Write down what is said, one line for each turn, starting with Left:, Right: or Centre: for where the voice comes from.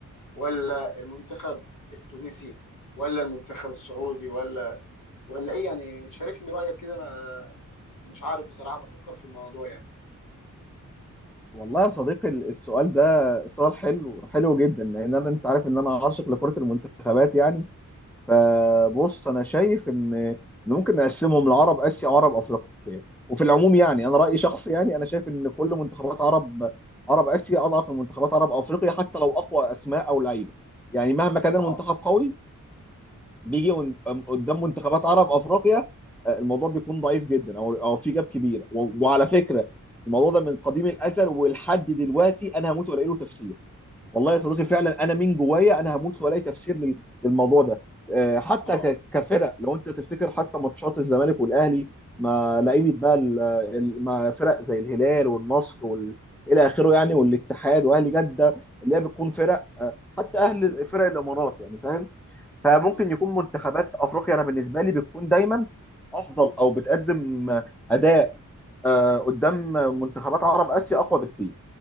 Left: ولا المنتخب التونسي ولا المنتخب السعودي ولا ولا ايه يعني شاركني رأيك كده انا مش عارف بصراحة بفكر في الموضوع يعني
Centre: والله يا صديقي السؤال ده سؤال حلو حلو جدا لان انا انت عارف ان انا عاشق لكرة المنتخبات يعني فبص انا شايف ان إن ممكن نقسمهم لعرب اسيا وعرب افريقيا وفي العموم يعني
Left: امم
Centre: انا رأيي شخصي يعني انا شايف ان كل منتخبات عرب عرب اسيا اضعف من منتخبات عرب افريقيا حتى لو اقوى اسماء او لعيبة يعني مهما كان
Left: اه
Centre: المنتخب قوي بيجي ون- أم- قدام منتخبات عرب افريقيا آه، الموضوع بيكون ضعيف جدا او او في جاب كبير و- وعلى فكره الموضوع ده من قديم الازل ولحد دلوقتي انا هموت والاقي له تفسير والله يا صديقي فعلا انا من جوايا انا هموت والاقي تفسير لل- للموضوع ده آه، حتى
Left: اه
Centre: ك- كفرق لو انت تفتكر حتى ماتشات الزمالك والاهلي ما لعيبه بقى ال- ال- مع فرق زي الهلال والنصر وال... الى اخره يعني والاتحاد واهلي جده اللي هي بتكون فرق آه، حتى اهل فرق الامارات يعني فاهم فممكن
Left: امم
Centre: يكون منتخبات افريقيا انا بالنسبه لي بتكون دايما افضل او بتقدم اداء آه، قدام منتخبات عرب اسيا اقوى بكتير